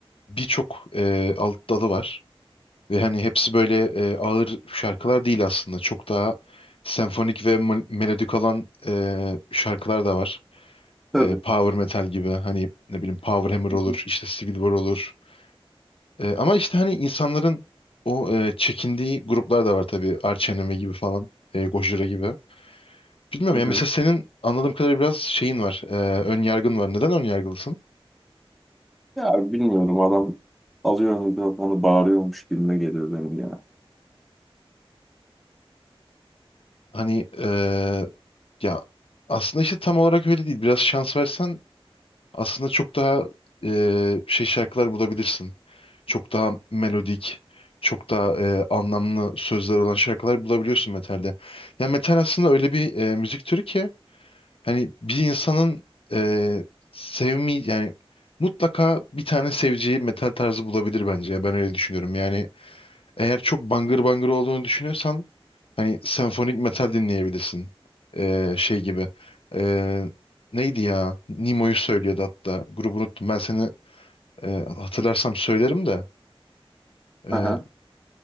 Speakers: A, on the left (about 65°); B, in the centre.
A: birçok ee, alt dalı var. Ve hani hepsi böyle e, ağır şarkılar değil aslında. Çok daha senfonik ve mel- melodik olan e, şarkılar da var.
B: tabii.
A: E, power metal gibi hani ne bileyim Power Hammer olur,
B: Hı hı.
A: işte Civil War olur. E, ama işte hani insanların o e, çekindiği gruplar da var tabii. Arch Enemy gibi falan, e, Gojira gibi. Bilmiyorum
B: Hı
A: ya mesela
B: hı.
A: senin anladığım kadarıyla biraz şeyin var, e, ön yargın var. Neden ön yargılısın?
B: Ya bilmiyorum adam alıyor mikrofonu bağırıyormuş gibime geliyor benim ya.
A: Hani e, ya aslında işte tam olarak öyle değil. Biraz şans versen Aslında çok daha e, şey şarkılar bulabilirsin. Çok daha melodik, çok daha e, anlamlı sözler olan şarkılar bulabiliyorsun metalde. Ya metal aslında öyle bir e, müzik türü ki hani bir insanın e, sevmi yani mutlaka bir tane seveceği metal tarzı bulabilir bence. Ya ben öyle düşünüyorum. Yani eğer çok bangır bangır olduğunu düşünüyorsan Hani senfonik metal dinleyebilirsin. Ee, şey gibi. Ee, neydi ya? Nemo'yu söylüyordu hatta. Grubu unuttum. Ben seni e, hatırlarsam söylerim de. Ee,
B: Aha.